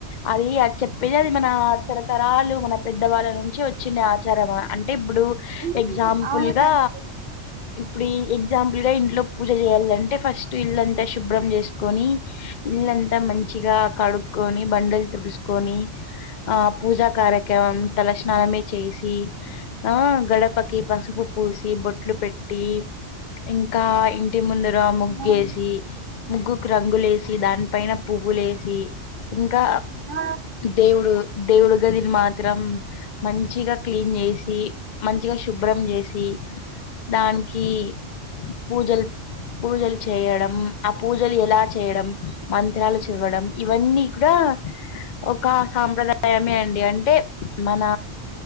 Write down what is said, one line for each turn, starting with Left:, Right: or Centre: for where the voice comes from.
Left: అది అది చెప్పేది అది మన తరతరాలు మన పెద్దవాళ్ళ నుంచి వచ్చిన ఆచారం అంటే ఇప్పుడు
Right: హ్మ్.
Left: ఎగ్జామ్పుల్గా
Right: అవునండి.
Left: ఇప్పుడు ఎగ్జాంపుల్ గా ఇంట్లో పూజ చేయ్యాలంటే ఫస్ట్ ఇల్లంతా శుభ్రం చేసుకొని ఇళ్ళంతా మంచిగా కడుక్కొని బండలు తుడుసుకొని ఆ పూజా కార్యక్రమం తలస్నానమే చేసి ఆ గడపకి పసుపు పూసి బొట్లు పెట్టి ఇంకా ఇంటి ముందర్ ముగ్గేసి
Right: అవును.
Left: ముగ్గు రంగు లేస్ దాని పైన పువ్వులు ఏసి ఇం కా
Right: ఆ!
Left: దేవుడు దేవుడు గదిని మాత్రం మంచిగా క్లీన్ చేసి మంచిగా శుభ్రం చేసి దానికి పూజలు పూజలు చేయడం ఆ పూజలు ఎలా చేయడం మంత్రాలు చదవడం ఇవన్నీ కూడా ఒక సాంప్రదాయమే అండి అంటే మన